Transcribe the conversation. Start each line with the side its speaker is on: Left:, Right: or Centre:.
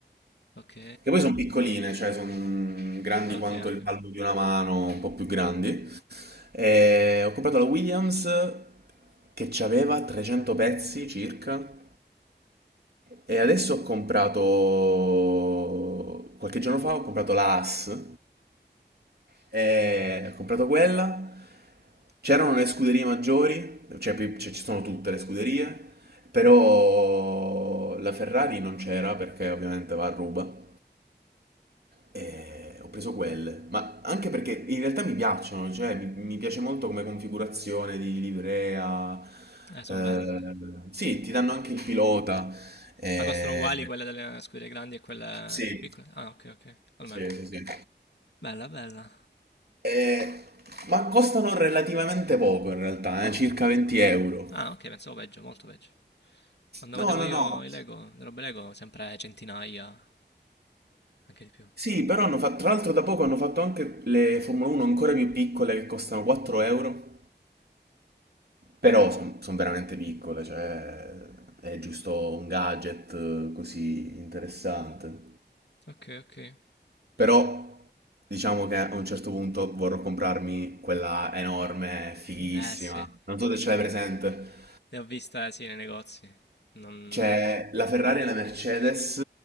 Left: Ok,
Right: che poi sono piccoline, cioè sono grandi
Left: ok,
Right: quanto
Left: ok.
Right: il palmo di una mano, un po' più grandi. E ho comprato la Williams che aveva 300 pezzi circa. E adesso ho comprato, qualche giorno fa, ho comprato la AS, e ho comprato quella, c'erano le scuderie maggiori, cioè pi- cioè, ci sono tutte le scuderie, però la Ferrari non c'era perché ovviamente va a ruba, e ho preso quelle, ma anche perché in realtà mi piacciono, cioè mi, mi piace molto come configurazione di livrea,
Left: Eh, sono
Right: eh,
Left: belle. sì.
Right: sì, ti danno anche il pilota. Eh,
Left: Ma costano uguali quelle delle scuderie grandi e quelle
Right: Sì,
Left: più piccole? Ah, ok, ok, almeno.
Right: sì, sì, sì.
Left: Bella, bella.
Right: Eh, ma costano relativamente poco in realtà, eh, circa 20 euro.
Left: Ah, ok, pensavo peggio, molto peggio. Quando
Right: No,
Left: vedevo
Right: no,
Left: io
Right: no.
Left: i Lego, le robe Lego, sempre centinaia, anche di più.
Right: Sì, però hanno fatto, tra l'altro da poco hanno fatto anche le Formula 1 ancora più piccole che costano 4 euro. Però sono veramente piccole, cioè è giusto un gadget eh, così interessante.
Left: Ok, ok.
Right: Però diciamo che a un certo punto vorrò comprarmi quella enorme, fighissima.
Left: Eh sì.
Right: Non so se ce l'hai presente.
Left: Le ho viste, sì, nei negozi. Non...
Right: C'è la Ferrari e la Mercedes